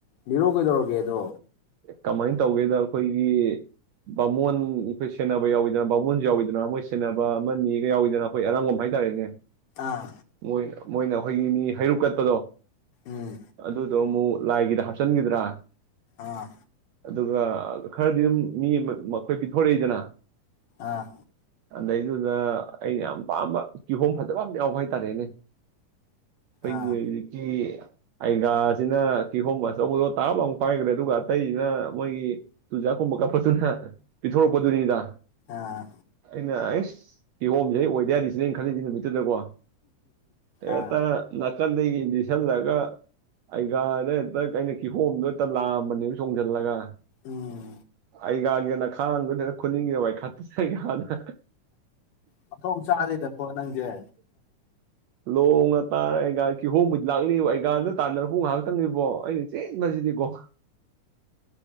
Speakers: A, on the left; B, on the right.
A: ꯂꯤꯔꯣ ꯀꯩꯗꯧꯔꯒꯦꯗꯣ
B: ꯀꯃꯥꯏꯅ ꯇꯧꯒꯦꯗ ꯑꯩꯈꯣꯏꯒꯤ ꯕꯥꯃꯣꯟ ꯑꯩꯈꯣꯏ ꯁꯦꯟꯅꯕ ꯌꯥꯎꯋꯗꯅ ꯕꯥꯃꯣꯟꯖꯨ ꯌꯥꯎꯋꯤꯗꯅ ꯃꯣꯏ ꯁꯦꯟꯅꯕ ꯑꯃ ꯅꯤꯒ ꯌꯥꯎꯋꯗꯅ ꯑꯩꯈꯣꯏ ꯑꯔꯥꯡꯕꯝ ꯍꯥꯏꯇꯥꯔꯦꯅꯦ
A: ꯑꯥ
B: ꯃꯣꯏ ꯃꯣꯏꯅ ꯑꯩꯈꯣꯏꯒꯤ ꯃꯤ ꯍꯩꯔꯨꯛ ꯀꯠꯄꯗꯣ
A: ꯎꯝ
B: ꯑꯗꯨꯗꯣ ꯃꯨ ꯂꯥꯏꯒꯤꯗ ꯆꯟꯒꯤꯗ꯭ꯔꯥ
A: ꯑꯥ
B: ꯑꯗꯨꯒ ꯈꯔꯗꯤ ꯑꯗꯨꯝ ꯃꯤ ꯃ ꯃꯈꯣꯏ ꯄꯤꯊꯣꯔꯛꯏꯗꯅ
A: ꯑꯥ
B: ꯑꯗꯩꯗꯨꯗ ꯑꯩꯅ ꯌꯥꯝ ꯄꯥꯝꯕ ꯀꯤꯍꯣꯡꯝ ꯐꯖꯕ ꯑꯃ ꯌꯥꯎꯕ ꯍꯥꯏꯇꯥꯔꯦꯅꯦ ꯄꯩꯒꯤ
A: ꯑꯥ
B: ꯍꯧꯖꯤꯛꯀꯤ ꯑꯩꯒꯥꯁꯤꯅ ꯀꯤꯍꯣꯡꯕ ꯑꯆꯧꯕꯗꯣ ꯇꯥꯕ ꯂꯥꯎ ꯄꯥꯏꯈ꯭ꯔꯦ ꯑꯗꯨꯒ ꯑꯇꯩꯁꯤꯅ ꯃꯣꯏꯒꯤ ꯆꯨꯖꯥꯛꯀꯨꯝꯕ ꯀꯥꯞꯄꯁꯨꯅ ꯄꯤꯊꯣꯔꯛꯄꯗꯨꯅꯤꯗ ꯑꯩꯅ
A: ꯑꯥ
B: ꯑꯥꯁ ꯀꯤꯍꯣꯝꯁꯦ ꯑꯩ ꯑꯣꯏꯗ ꯌꯥꯗꯤꯁꯤꯅꯦ ꯑꯩꯅ ꯈꯜꯂꯤꯖꯤ ꯅꯨꯃꯤꯠ ꯀꯣ ꯍꯦꯇ
A: ꯑꯥ
B: ꯀꯟꯗꯒꯤ ꯏꯟꯗꯤꯁꯜꯂꯛꯑꯒ ꯑꯩꯒꯅꯦ ꯇꯛ ꯑꯩꯅ ꯀꯤꯍꯣꯝꯗꯣ ꯍꯛꯇ ꯂꯥꯝꯕꯅꯦꯕ ꯆꯣꯡꯖꯜꯂꯒ
A: ꯎꯝ
B: ꯑꯩꯒꯒꯦꯅꯛ ꯈꯥꯡꯕꯗꯅ ꯈꯨꯅꯤꯡꯒꯤꯗ ꯋꯥꯏꯈꯥꯇ ꯁꯗꯅ
A: ꯃꯊꯣꯡ ꯆꯥꯗꯦꯗꯀꯣ ꯅꯪꯖꯦ
B: ꯂꯣꯡꯅ ꯇꯥꯔ ꯑꯩꯒ ꯀꯤꯍꯣꯝꯕꯨꯗꯤ ꯂꯥꯛꯂꯤꯕ ꯑꯩꯒꯥꯟꯗꯨꯅ ꯇꯥꯟꯅꯔꯛꯄꯨ ꯉꯥꯏꯍꯥꯛꯇꯪꯅꯤꯕꯣ ꯑꯩꯅ ꯆꯦꯟꯕꯁꯤꯗꯤꯀꯣ